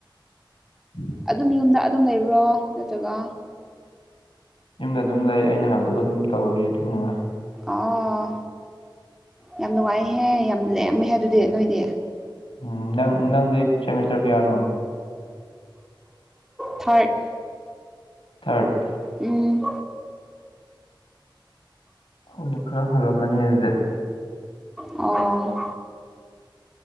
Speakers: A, on the left (about 85°); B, in the centre.
A: ꯎꯝ <inaudible>
B: ꯑꯗꯨꯝ ꯌꯨꯝꯗ ꯑꯗꯨꯝ ꯂꯩꯕ꯭ꯔꯣ ꯅꯠꯇ꯭ꯔꯒ
A: ꯌꯨꯝꯗ ꯑꯗꯨꯝ ꯂꯩ ꯑꯩꯅ ꯍꯥꯏꯕꯗꯨꯒ ꯑꯗꯨꯝ ꯇꯧꯔꯤ ꯑꯗꯨ ꯃꯉꯥ
B: ꯑꯣ ꯌꯥꯝ ꯅꯨꯡꯉꯥꯏꯍꯦ ꯌꯥꯝ ꯂꯦꯝꯃꯦꯍꯦ ꯑꯗꯨꯗꯤ ꯅꯣꯏꯗꯤ
A: ꯎꯝ ꯅꯪ ꯅꯪꯗꯤ ꯁꯦꯃꯤꯁꯇꯔ ꯀꯌꯥꯅꯣ
B: ꯊꯥ꯭ꯔꯠ
A: ꯊ꯭ꯥꯔꯠ
B: ꯎꯝ
A: ꯑꯩꯈꯣꯢꯅ ꯈꯔ ꯍꯜꯂꯝꯃꯅꯤ ꯑꯗꯨꯗꯤ
B: ꯑꯣ